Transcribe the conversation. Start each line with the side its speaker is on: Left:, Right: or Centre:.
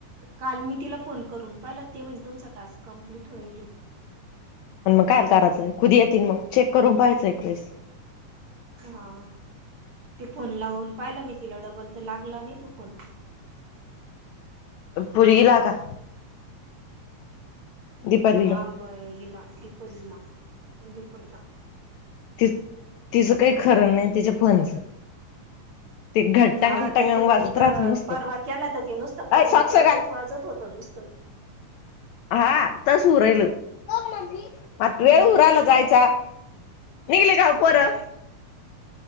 Right: काल मी तिला फोन करून पाहिलं ते म्हणे तुमचा टास्क कंप्लीट होईल
Left: पण मग कायल करायचंय खुध ही येतील मंग चेक करून पाहायचं एक वेळेस
Right: हा ते फोन लावून पाहिला मी तिला डबल तर लागला नाही तो फोन
Left: पुर इला का दीपालीला
Right: आम हिला दिपालीला दिपालीला
Left: ती तिजं काही खरं नाही तिच्या फोनचं ते घट टांगण
Right: हा
Left: टांगण
Right: तेथे
Left: वाजत
Right: रोजी
Left: राहत नुसतं
Right: परवा केलाता ते नुसतं
Left: अय
Right: कुरुंग
Left: सॉक्स
Right: कुरुंगच
Left: घाल
Right: वाजत होतं नुसत
Left: हा आत्ताच होऊ राहिलं <unintelligible>
Right: हम्म
Left: वेळ उरायला जायचा निघले का ओ पोरं